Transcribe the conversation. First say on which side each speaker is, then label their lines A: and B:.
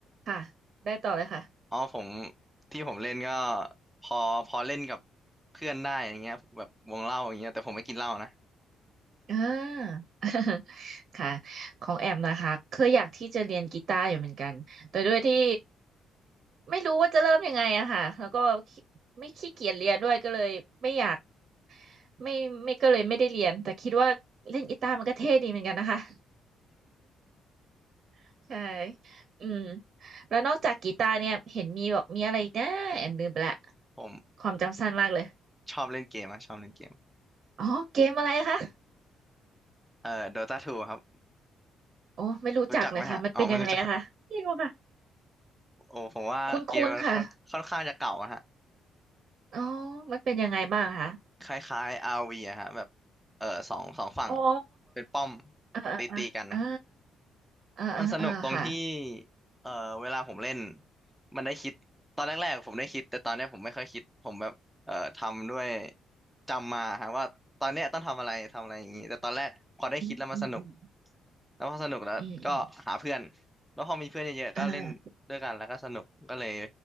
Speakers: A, on the right; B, in the centre.
A: ค่ะได้ต่อเลยค่ะ
B: อ๋อผมที่ผมเล่นก็พอพอเล่นกับเพื่อนได้อย่างเงี้ยแบบวงเล่าอย่างเงี้ยแต่ผมไม่กินเหล้านะ
A: อ่า <laughs> ค่ะของแอมนะคะเคยอยากที่จะเรียนกีตาร์อยู่เหมือนกันแต่ด้วยที่ไม่รู้ว่าจะเริ่มยังไงอะค่ะแล้วก็ขี้ไม่ขี้เกียจเรียนด้วยก็เลยไม่อยากไม่ไม่ก็เลยไม่ได้เรียนแต่คิดว่าเล่นกีตาร์มันก็เท่ดีเหมือนกันนะคะ <laughs> ใช่อืมแล้วนอกจากกีตาร์เนี่ยเห็นมีบอกมีอะไรอีกนะแอมลืมไปละ
B: <laughs> ผม
A: ความจำสั้นมากเลย
B: ชอบเล่นเกมอะชอบเล่นเกม
A: อ๋อเกมอะไรคะ
B: เอ่อโดตาทูครับ
A: โอ้ไม่รู้จักเลยค่ะมันเป็นยังไงอะคะไม่รู้ค่ะ
B: รู้จักไหมฮะอ๋อไม่รู้จักโอ้ผมว่าเกมมันค่อนค่อนข้างจะเก่าอะฮะ
A: คุ้นๆค่ะ อ๋อมันเป็นยังไงบ้างคะ
B: คล้ายๆอาร์วีอะฮะแบบเออสองสองฝั่ง
A: อ๋อ
B: เป็นป้อม
A: อ่าอ่าอ่า
B: ตีตีกัน
A: อ่าอ่าอ่าค่ะ
B: มันสนุกตรงที่เอ่อเวลาผมเล่นมันได้คิดตอนแรกๆผมได้คิด แต่ตอนเนี้ยผมไม่ค่อยคิดผมแบบเอ่อทำด้วยจำมาฮะว่าตอนเนี้ยต้องทำอะไรทำอะไรอย่างงี้แต่ตอนแรกพอได้คิดแล้วมันสนุก
A: อืมอืมอืม
B: แล้วพอสนุกแล้วก็หาเพื่อน
A: อืมอืม
B: แล้วพอมีเพื่อนเยอะๆก็เล่นด้วยกันแล้วก็สนุกก็เลย
A: อ่า